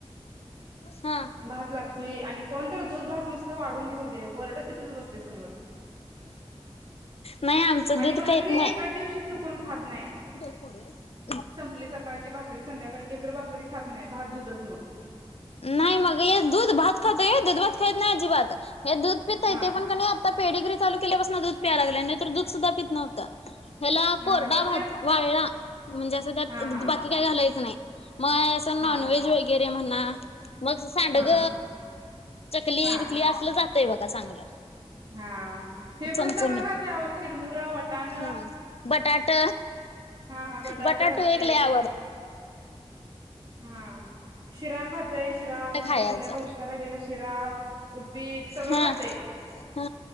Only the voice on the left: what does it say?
हा,
नाही आमचं
दूध
काहीत नाही.
<unintelligible>
नाही मग, हे दूध भात खातय व्हय, हे दूधभात खात नाही अजिबात, हे दूध पितय
ते पण कणी आता, पीडिग्री चालूकेल्यापासन, दूध प्याय लागले. नाही तर दूध सुद्धा पित नव्हंत. ह्याला
कोरडाभात,
वाळला म्हणजे असं त्यात,
बाकी काय घालायच, नाही मग नॉनव्हेज
वगैरे म्हणा मग सांडग
चकली
विकली असलं जातय बघ चांगलं
चमचमीत
हा बटाट
बटाटो
एक लई आवडतय
खायच
हा
हा